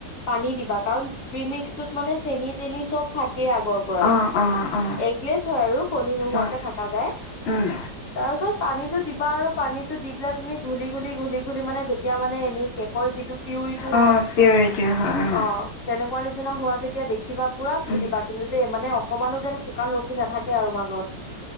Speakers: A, on the left; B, on the left.
A: পানী দিবা কাৰণ প্ৰিমিক্সটোত মানে চেনি তেনি চব থাকেই আগৰ পৰাই।
B: অ', অ', অ',
A: এগলেছ হয় আৰু কণী নোহোৱাকৈ
B: অ',
A: থকা যায়।
B: উম,
A: তাৰ পিছত পানীতো দিবা আৰু পানীটো দি পেলাই তুমি ঘূলি ঘূলি ঘূলি ঘূলি মানে যেতিয়া মানে এনে হয় যিটো প্ৰিউৰিটো
B: অ',
A: হয়।
B: পিয়ৰিটিৰ হয় অ',
A: অঁ তেনেকুৱা শুকান নিচিনা হোৱা যেতিয়া দেখিবা পুৰা ঘুলিবা
B: উম,
A: কিন্তু দেই মানে অকমানো যেন শুকান ৰখি নাথাকে। আৰু মাজত